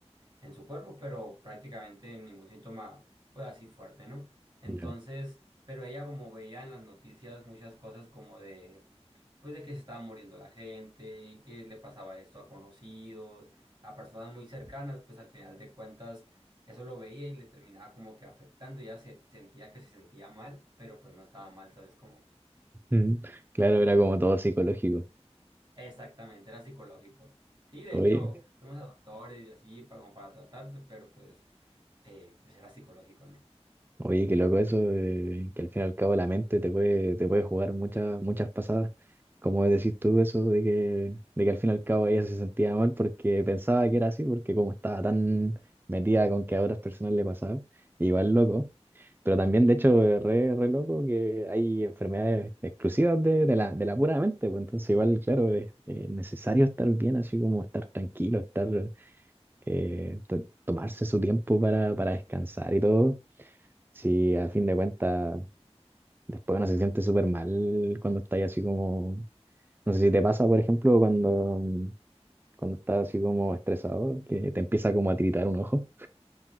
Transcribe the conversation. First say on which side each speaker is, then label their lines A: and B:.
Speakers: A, on the right (about 40°); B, on the right (about 20°).
A: en su cuerpo, pero prácticamente ningún síntoma, pues así fuerte, ¿no? Entonces,
B: Ya.
A: pero ella como veía en las noticias muchas cosas como de, pues de que se estaba muriendo la gente y que le pasaba esto a conocidos, a personas muy cercanas, pues al final de cuentas eso lo veía y le terminaba como que afectando, ya se sentía que se sentía mal, pero pues no estaba mal, ¿sabes cómo?
B: Mm, Claro, era como todo psicológico.
A: Exactamente, era psicológico. Sí, de
B: Oye.
A: hecho, fuimos a doctores y así para, como para tratarse, pero pues, eh, pues era psicológico, ¿no?
B: Oye, qué loco eso, eh, que al fin y al cabo la mente te puede, te puede jugar muchas, muchas pasadas. Como decís tú eso de que, de que al fin y al cabo ella se sentía mal porque pensaba que era así, porque como estaba tan metida con que a otras personas le pasaba, igual loco. Pero también, de hecho, es re, re loco que hay enfermedades exclusivas de, de la, de la pura mente, pues entonces igual, claro, es, es necesario estar bien, así como estar tranquilo, estar, eh, to- tomarse su tiempo para, para descansar y todo. Sí, a fin de cuentas, después uno se siente súper mal cuando está ahí así como, no sé si te pasa, por ejemplo, cuando, cuando estás así como estresado, que te empieza como a tiritar un ojo.